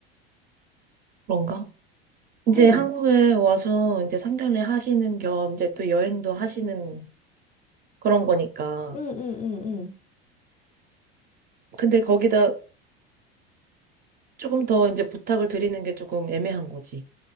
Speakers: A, on the right (about 30°); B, on the left (about 25°).
A: 그런가? 이제
B: 응,
A: 한국에 와서 이제 상년에 하시는 겸 이제 또 여행도 하시는 그런 거니까.
B: 응, 응, 응, 응.
A: 근데 거기다 조금 더 이제 부탁을 드리는 게 조금 애매한 거지.